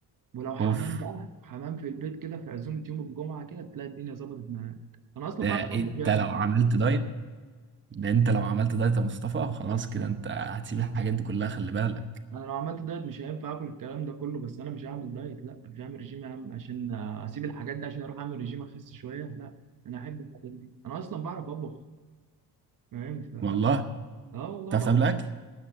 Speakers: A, on the right; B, on the right.
A: ولو حمام
B: اوف
A: بقى حمام في البيت كده في عزومه يوم الجمعه كده تلاقي الدنيا ظبطت معاك انا اصلا
B: ده
A: بعرف
B: إيه؟
A: اطبخ
B: انت
A: يا
B: لو
A: ابني
B: عملت دايت ده انت لو عملت دايت يا مصطفى خلاص كده انت هتسيب الحاجات دي كلها خلي بالك
A: انا لو عملت دايت مش هينفع اكل الكلام ده كله بس انا مش هعمل دايت لا مش هعمل رجيم يا عم عشان اسيب الحاجات دي عشان اروح اعمل رجيم اخس شويه لا انا احب الحاجات دي انا اصلا بعرف اطبخ فاهم ف
B: والله
A: اه والله
B: تعرف
A: بعرف
B: تعمل اكل